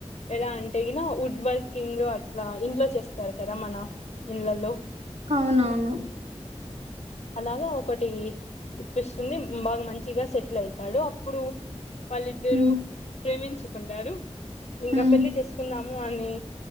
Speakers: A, on the left (about 65°); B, on the right (about 70°).
A: ఎలా అంటే ఇనా వుడ్ వర్కింగ్ అట్లా ఇంట్లో చేస్ తది కదా మన ఇళ్లలో
B: అవునవును
A: అలాగా ఒకటి ఇప్పిస్తుంది బాగా మంచిగా సెటిల్ అయితాడు అప్పుడు వాళ్ళిద్దురు
B: ఉమ్
A: ప్రేమించుకుంటారు ఇంకా
B: ఉమ్
A: పెళ్ళి చేసుకుందాము అని